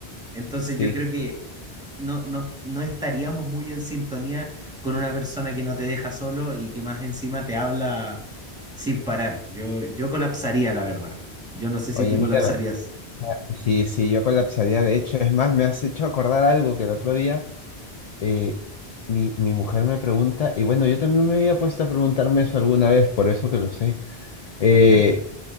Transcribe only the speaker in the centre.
Entonces
yo creo que no, no, no estaríamos muy en sintonía con una persona que no te deja solo y que más encima te habla sin parar. Yo, yo colapsaría, la verdad. Yo no sé si
tú
colapsarías.
A ver.